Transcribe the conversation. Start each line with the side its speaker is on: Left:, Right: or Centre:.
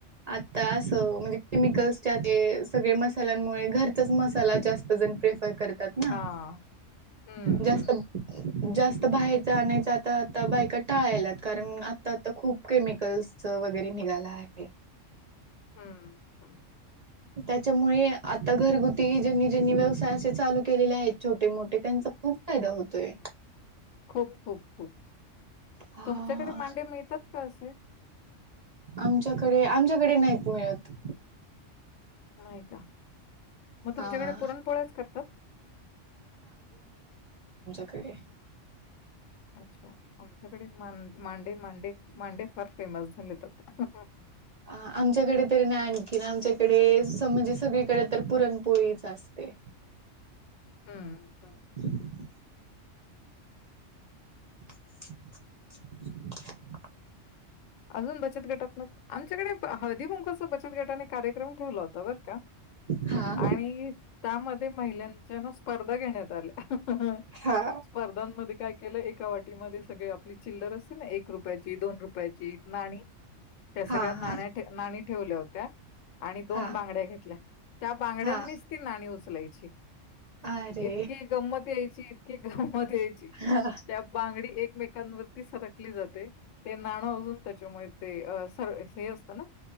Right: आता असं म्हणजे केमिकल्स च्या ते सगळे मसाल्यांमुळे घरचाच मसाला जास्त जणू काही करतात ना
Left: हां. हं,
Right: जास्त
Left: हं.
Right: जास्त बाहेरच आणायचं आता आता बायका टाळायल्यात कारण आता आता खूप केमिकल्सच वगैरे निघाला आहे.
Left: हम्म हम्म
Right: त्याच्यामुळे आता घरगुती ज्यांनी ज्यांनी व्यवसाय असे चालू केलेले आहेत छोटे मोठे त्यांचा खूप फायदा होतोय.
Left: खूप खूप खूप
Right: हा
Left: तुमच्याकडे मांडे मिळतात का असे?
Right: आमच्याकडे आमच्याकडे नाहीत मिळत.
Left: नाही का मग तुमच्याकडे
Right: हा
Left: पुरणपोळ्याच करतात
Right: कडे
Left: अच्छा आमच्याकडे मांडे मांडे मांडे फार फेमस झालेत आता
Right: अ आमच्याकडे तरी नाही आणखीन आमच्याकडे म्हणजे सगळीकडे तर पुरणपोळीच असते.
Left: हम्म
Right: <unintelligible> <inaudible>
Left: अजून बचत गटात ना आमच्याकडे हळदी कुंकाचा बचत गटाने कार्यक्रम ठेवला होता बर का
Right: हा
Left: आणि त्यामध्ये महिलांच्याना स्पर्धा घेण्यात आल्या ह
Right: हा
Left: स्पर्धांमध्ये काय केलं एका वाटीमध्ये सगळे आपली चिल्लर असते ना एक रुपयाची दोन रुपयाची ची नाणी त्या सगळ्या
Right: हा
Left: नाण्या नाणी ठेवल्या होत्या आणि दोन
Right: हा
Left: बांगड्या घेतल्या त्या बांगड्यांनीच
Right: हा
Left: ती नाणी उचलायची ची
Right: अरे
Left: इतकी गंमत यायची इतकी गंमत यायची
Right: हा
Left: त्या बांगडी एकमेकांवर. सरकली जाते. त्याच्यामुळे ते. अ सर्व हे असतं ना.